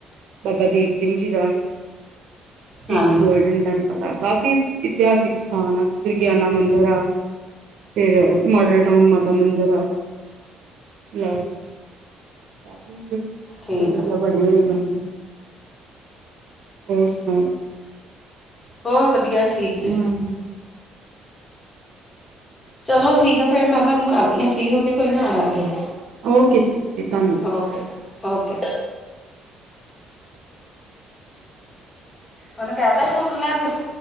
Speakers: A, on the right (about 75°); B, on the left (about 25°).
A: ਬਾਬਾ ਦੀਪ ਸਿੰਘ ਜੀ ਦਾ
B: ਹਾਂਜੀ
A: ਇੱਕ ਗੋਲਡਨ ਟੈਂਪਲ ਆ, ਕਾਫ਼ੀ ਇਤਿਹਾਸਿਕ ਸਥਾਨ ਆ ਦੁਰਗਿਆਨਾ ਮੰਦਿਰ, ਆ ਫਿਰ, ਮਾਡਲ ਟਾਊਨ ਮਾਤਾ ਮੰਦਿਰ, ਆ ਲ ਕਾਫੀ
B: ਠੀਕ
A: ਜਗਾ
B: ਆ
A: ਬਨੀਆ ਏ, ਉਥੇ ਹੋਰ ਸੁਣਾਓ?
B: ਹੋਰ ਵਧੀਆ, ਠੀਕ ਜੇ
A: ਹਮ
B: ਚਲੋ ਠੀਕ ਆ, ਫੇਰ ਮੈਂ ਤੁਹਾਨੂੰ ਕਰਦੀ ਹਾਂ, ਫ੍ਰਰੀ ਹੋ ਕੇ ਕੋਈ ਨਾ ਆਇਆ ਜੇ
A: ਓਕੇ ਜੀ ਓਕੇ ਧੰਨਵਾਦ
B: ਓਕੇ,
A: ਜੀ
B: ਓਕੇ ਉਹਨੂੰਕਹਿ ਤਾ ਸੀਂ, ਏਨਾ ਚਿਰ